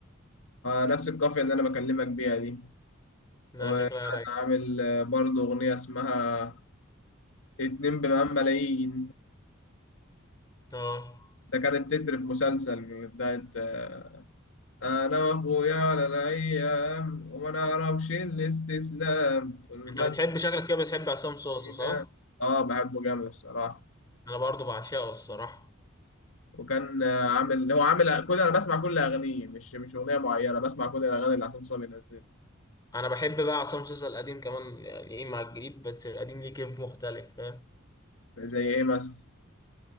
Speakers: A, on the left; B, on the left.
A: آه نفس القافية اللي أنا بكلمك بيها دي
B: لا
A: وكان
B: شكلها رايقه
A: عامل آه، برضه أغنية اسمها اتنين بمئات ملايين
B: اه
A: ده كانت تتر في مسلسل بتاعت آه، أنا وأخويا على الأيام وما نعرفش الاستسلام طول
B: انت
A: ما
B: بتحب شكلك كده بتحب عصام صوصه
A: الدنيا
B: صح
A: آه بحبه جامد الصراحة
B: انا برضو بعشقه الصراحه
A: وكان آه، عامل هو عامل كل أنا بسمع كل أغانيه مش مش أغنية معينة بسمع كل الأغاني اللي عصام صاوي بينزلها
B: انا بحب بقى عصام صوصه القديم كمان يعني ايه مع الجديد بس القديم ليه كيف مختلف فاهم
A: زي إيه مثلا